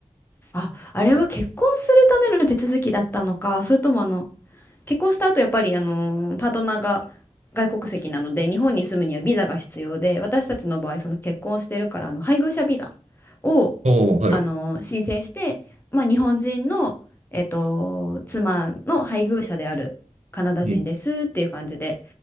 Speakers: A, on the left (about 15°); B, on the right (about 65°).
A: あ、あれは結婚するための手続きだったのか、それともあの、結婚した後やっぱりあのーパートナーが外国籍なので日本に住むにはビザが必要で私たちの場合その結婚してるからあの配偶者ビザを
B: おお、はい。
A: あのー申請して、まあ、日本人の、えっと、妻の配偶者であるカナダ人ですっていう感じで
B: うん